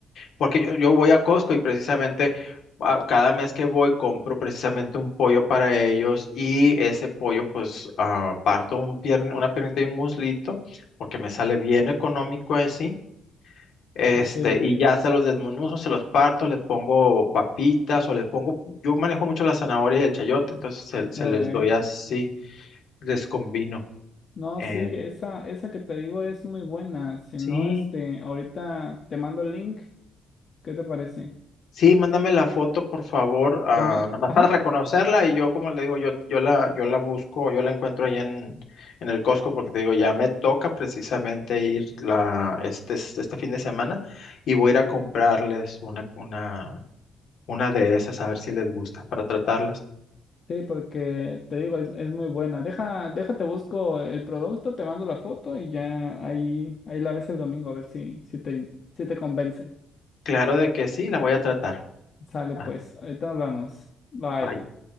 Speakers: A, on the left; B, on the left.
A: porque yo, yo voy a Costco y precisamente ah, cada mes que voy compro precisamente un pollo para ellos y ese pollo pues ah, parto un pierne, una piernita y un muslito porque me sale bien económico así Este,
B: sí,
A: y ya se los desmenuzo, se los parto, les pongo papitas o les pongo, yo manejo mucho la zanahoria y el chayote, entonces se, se
B: ok.
A: les doy así, les combino.
B: No,
A: Eh,
B: sí, esa, esa que te digo es muy buena. Si
A: sí,
B: no, este, ahorita te mando el link. ¿Qué te parece?
A: sí, mándame la foto, por favor, ah,
B: Te ma-
A: nada más
B: Ajá.
A: para reconocerla y yo, como le digo, yo, yo la, yo la busco, yo la encuentro ahí en, en el Costco porque te digo, ya me toca precisamente ir la, este, este fin de semana y voy a ir a comprarles una, una, una de esas a ver si les gusta para tratarlas.
B: Sí, porque te digo, es, es muy buena. Deja, déjate, busco el producto, te mando la foto y ya ahí, ahí la ves el domingo a ver si, si te, si te convence.
A: Claro de que sí, la voy a tratar.
B: Sale
A: Ah,
B: pues, ahorita hablamos. Bye.
A: bye.